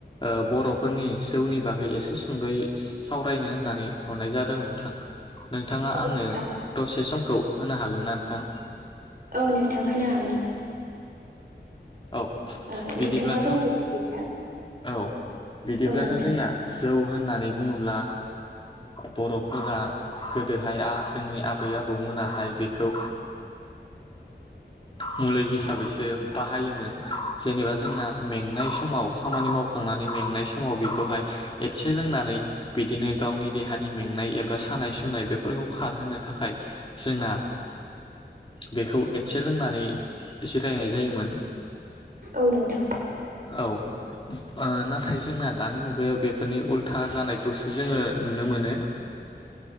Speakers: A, on the left; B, on the right.
A: ओ बर'फोरनि जौनि बागै एसे सुंद'यै सावरायनो होननानै हरनाय जादों नोंथां। नोंथाङा
B: औ
A: आंनो
B: नोंथां
A: दसे सम खौ होनो हागोन ना नोंथां।
B: औ नोंथां होनो हागोन
A: औ
B: ओ
A: बिदिब्लाथ'
B: नोंथाङा बुंदो बिदिब्ला
A: औ बिदिब्लाथ'
B: औ नोंथां
A: जोंना जौ होननानै बुङोब्ला बर'फोरा गोदोहाया जोंनि आबै -आबौ आबौ मोनाहाय बेखौ मुलि हिसाबैसो बाहायोमोन जेनेबा जोंना मेंनाय समाव खामानि मावखांनानै मेंनाय समाव बेखौहाय एसे लोंनानै बिदिनो गावनि देहानि मेंनाय एबा सानाय सुनाय बेफोरखौ खारहोनो थाखाय जोंना बेखौ एसे लोंनानै जायोमोन
B: औ नोंथां
A: औ नाथाय नाथाय जोंना दानि मु बे बेफोरनि उल्था जानाय खौसो जोङो नुनो मोनो